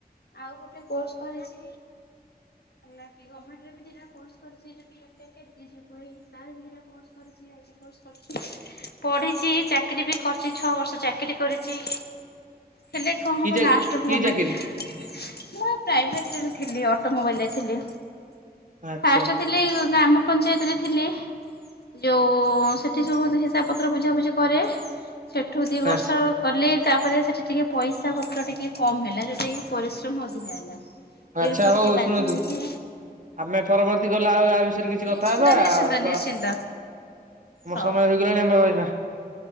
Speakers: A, on the left; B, on the right.
A: ଆଉ ଗୋଟେ କୋର୍ସ କରିଛି ନା କି ଗଭର୍ଣ୍ଣମେଣ୍ଟ ରେ ବି ଦିଟା କୋର୍ସ କରିଛି <inaudible> ତାର ବି ଦିଟା କୋର୍ସ କରିଛି କରିଛି ପଢ଼ିଛି ଚାକିରୀ ବି କରିଛି ଛଅ ବର୍ଷ ଚାକିରିୀ କରିଛି। ହେଲେ କଣ ହବ
B: କି ଚା
A: ଲାଷ୍ଟ
B: କି
A: ମୁମେଣ୍ଟରେ
B: ଚାକିରି
A: ମୁଁ ପ୍ରାଇଭେଟ ରେ ଥିଲି ଅଟୋ ମୋବାଇଲ୍ ରେ ଥିଲି।
B: ଆଚ୍ଛା
A: ଫାଷ୍ଟ ଥିଲି ଗ୍ରାମ ପଞ୍ଚାୟତରେ ଥିଲି ଯୋଉ ସେଠି ସବୁ ହିସାବ ପତ୍ର ବୁଝାବୁଝି କରେ ସେଠୁ ଦୁଇ ବର୍ଷ
B: ଆଚ୍ଛା।
A: କଲେ ତାପରେ ସେଠି ଟିକେ ପଇସା ପତ୍ର ଟିକେ କମ ହେଲା ଯୋଉଟା କି ପରିଶ୍ରମ ଅଧିକା ହେଲା।
B: ଆଚ୍ଛା
A: ଏରପରେ
B: ହଉ
A: କି
B: ହଉ
A: ବାଧ୍ୟ
B: ଶୁଣନ୍ତୁ
A: ହୋଇକି
B: ଆମେ ପରବର୍ତ୍ତୀ ଗଲେ ଆଉ ଆ ବିଷୟରେ କିଛି
A: ନିଶ୍ଚିନ୍ତ
B: କଥା ହେବା
A: ନିଶ୍ଚିନ୍ତ ନିଶ୍ଚିନ୍ତ
B: ତ ମୋ
A: ହଉ
B: ସମୟ ହେଇ ଗଲାଣି ଆମର କହିବା।